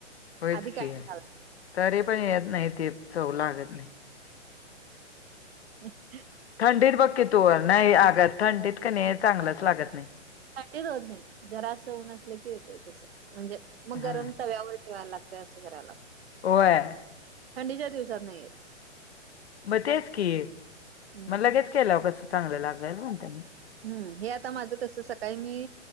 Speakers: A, on the left (about 60°); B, on the right (about 55°).
A: होयच
B: आधी काय
A: की
B: घालायच
A: तरी पण येत नाही ते चव लागत नाही
B: ह
A: थंडीत बघकी तू नाही आगात थंडीत क नाही चांगलंच लागत नाही
B: सा होत नाही जरा असं ऊन असलं की येतय तस म्हणजे मग
A: हा
B: गरम तव्यावर ठेवायला लागत वतस करायला
A: आहे
B: थंडीच्या दिवसात नाहीयेत
A: मग तेच की
B: हम्म
A: मग लगेच केला कसं चांगलं लागेल म्हणत मी
B: हम्म हे आता माझं कसं सकाळी मी